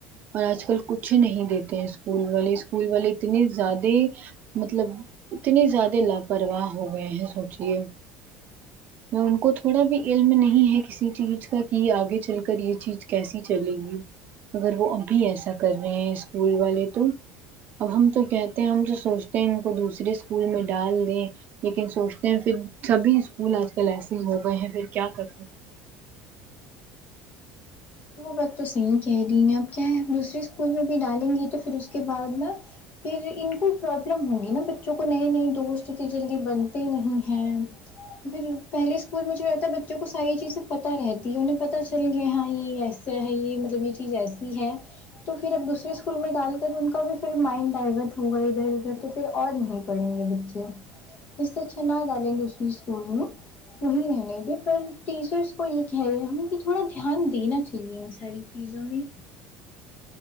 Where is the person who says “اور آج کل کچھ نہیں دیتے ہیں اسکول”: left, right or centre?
Right